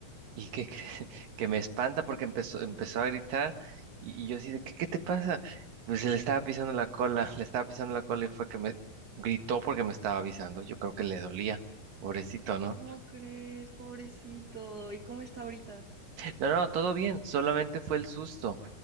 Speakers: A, on the right (about 75°); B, on the right (about 40°).
A: y que, que, <laughs> que me espanta porque empezó, empezó a gritar y, y yo así de, ¿qué, qué te pasa? Pues le estaba pisando la cola, <laughs> le estaba pisando la cola y fue que me gritó porque me estaba avisando. Yo creo que le dolía. Pobrecito, ¿no?
B: ¿Cómo crees, pobrecito? ¿Y cómo está ahorita?
A: No, no, todo bien, solamente fue el susto,